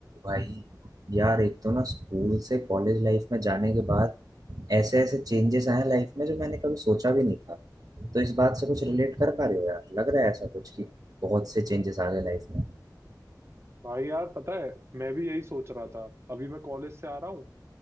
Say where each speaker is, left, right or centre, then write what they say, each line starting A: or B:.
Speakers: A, on the right; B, on the right.
A: भाई यार एक तो ना स्कूल से कॉलेज लाइफ में जाने के बाद ऐसे ऐसे चेंजेस आए हैं लाइफ में जो मैंने कभी सोचा भी नहीं था तो इस बात से कुछ रिलेट कर पा रहे हो यार लग रहा है ऐसा कुछ कि बहुत से चेंजेस आ गए लाइफ में
B: भाई यार पता है मैं भी यही सोच रहा था अभी मैं कॉलेज से आ रहा हूँ